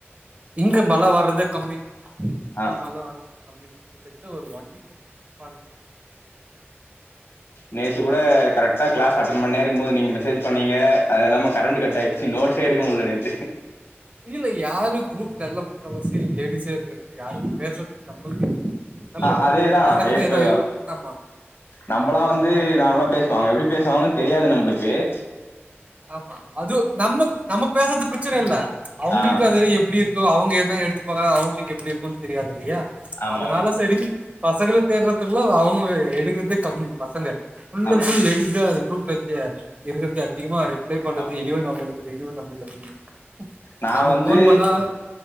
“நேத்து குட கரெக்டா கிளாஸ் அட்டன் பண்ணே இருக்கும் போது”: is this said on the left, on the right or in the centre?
Left